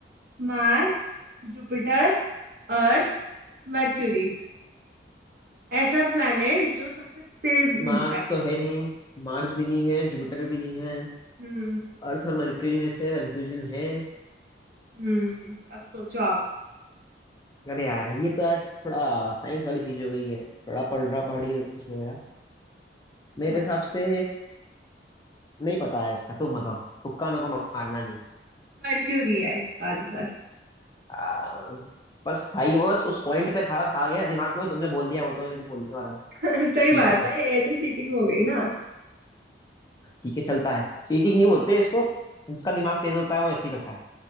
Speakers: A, on the right; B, on the left.
A: Mars Jupiter Earth Mercury ऐसा प्लैनेट जो सबसे तेज घूमता
B: मार्स
A: है
B: तो है नहीं मार्स भी नहीं है जुपिटर भी नहीं है
A: हम्म
B: अर्थ और मरक्यूरी में से कंफ्यूजन है
A: हम्म अब सोचो आप
B: अरे यार ये तो यार थोड़ा साइंस वाली चीज हो गई है थोड़ा पढ़ रहा पढ़ी उसमें मेरा मेरे
A: हाँ
B: हिसाब से नहीं पता यार इसका तुम बताओ तुक्का मेरे को मारना नहीं है।
A: मर्क्यूरी है इसका आंसर <laughs>
B: आ, बस था ही वो बस उस पॉइंट पे था बस आ गया दिमाग में वो तुमने बोल दिया वो तो मैंने तो बोलने वाला था
A: सही
B: ठीक
A: बात
B: है पर
A: है ये तो चीटिंग हो गई ना
B: ठीक है चलता है चीटिंग नहीं बोलते इसको जिसका दिमाग तेज होता है वो ऐसे ही करता है